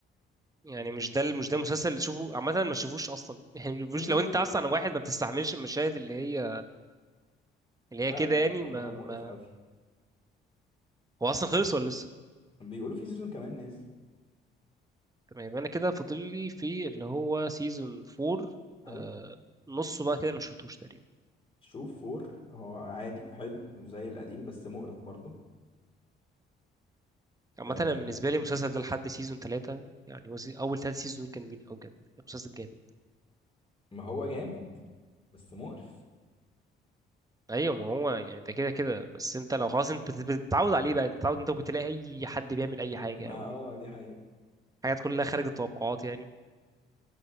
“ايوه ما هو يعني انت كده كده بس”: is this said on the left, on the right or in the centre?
Right